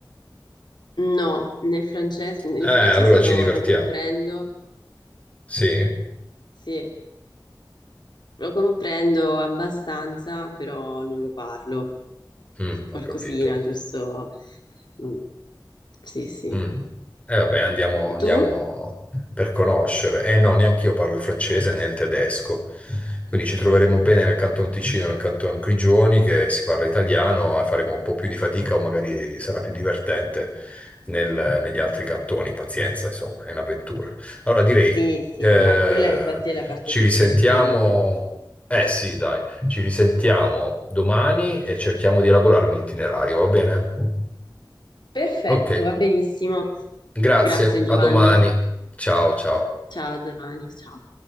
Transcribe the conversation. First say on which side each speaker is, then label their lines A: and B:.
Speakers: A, on the left (about 70°); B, on the left (about 15°).
A: no, nel francese, il
B: Eh, allora
A: francese lo,
B: ci divertiamo.
A: lo comprendo,
B: Sì?
A: sì, lo comprendo abbastanza, però non lo parlo.
B: Mm,
A: Qualcosina,
B: ho capito.
A: giusto? Mm, Sì, sì.
B: Mm. E vabbè, andiamo, andiamo
A: Tu?
B: per conoscere. Eh no, neanche io parlo il francese né il tedesco. Quindi ci troveremo bene nel Canton Ticino, nel Canton Grigioni, che si parla italiano, e faremo un po' più di fatica o magari sarà più divertente nel- negli altri cantoni. Pazienza, insomma, è un'avventura. Allora direi,
A: Sì, sì,
B: eh,
A: ma quella infatti è la parte
B: ci
A: più
B: risentiamo...
A: divertente.
B: Eh sì, dai, ci risentiamo domani e cerchiamo di elaborare un itinerario, va bene?
A: Perfetto,
B: Ok.
A: va benissimo.
B: Grazie,
A: Grazie Giovanni.
B: a domani. Ciao, ciao.
A: Ciao a domani, ciao.